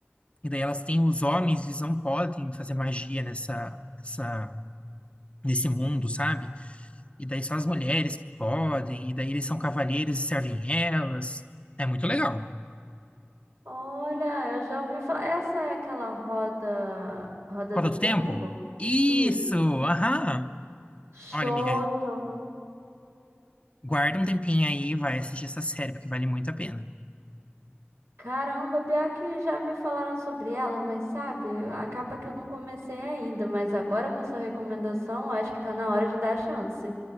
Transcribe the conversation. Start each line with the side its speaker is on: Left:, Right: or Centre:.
Left: e daí elas têm os homens, eles não podem fazer magia nessa, essa- nesse mundo, sabe? E daí só as mulheres que podem, e daí eles são cavalheiros e servem elas. É muito legal.
Right: olha, eu já ouvi falar, essa é aquela roda, roda
Left: Roda
Right: do
Left: do
Right: tempo?
Left: Tempo? Isso,
Right: Isso,
Left: aham.
Right: show,
Left: Olha, amiga,
Right: show.
Left: Guarda um tempinho aí e vai assistir essa série, porque vale muito a pena.
Right: Caramba, pior que já me falaram sobre ela, mas sabe, acaba que eu não comecei ainda, mas agora com a sua recomendação, acho que tá na hora de dar a chance.